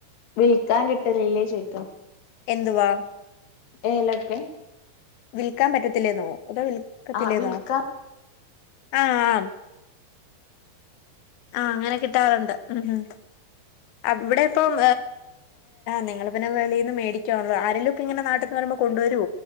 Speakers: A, on the left; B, on the left.
A: വിൽക്കാൻ കിട്ടലില്ലേ ചോദിക്കാ
B: എന്തുവാ
A: ഏലക്ക
B: വിൽക്കാൻ പറ്റത്തില്ലേന്നോ അതോ വിൽക്കത്തില്ലേന്നോ
A: ആഹ് വിൽക്കാൻ
B: ആഹ ആ ആഹ അങ്ങനെ കിട്ടാറുണ്ട് മ്മ് അവിടെ ഇപ്പം നിങ്ങ പിന്നെ വെളിന്ന് മേടിക്കുവാണല്ലോ ആരെങ്കലുംക്കെ ഇങ്ങനെ നാട്ടിന്നു വരുമ്പോ കൊണ്ടുവരോ